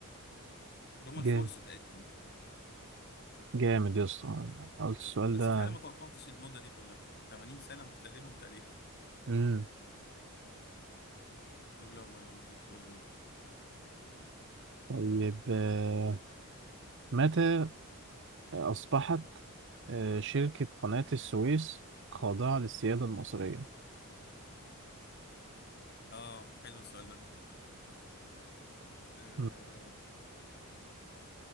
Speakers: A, on the left; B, on the right.
A: اللي هم
B: جامد
A: الفرس تقريبا
B: جامد يا اسطى أنا قلت السؤال
A: بس
B: ده
A: فعلا ما توقعتش المده دي كلها 80 سنه محتلينهم تقريبا <laughs>
B: امم
A: طب يلا يلا شوف سؤال غيره
B: طيب آه، متى أصبحت آه، شركة قناة السويس خاضعة للسيادة المصرية؟
A: اه حلو السؤال ده أه
B: مم.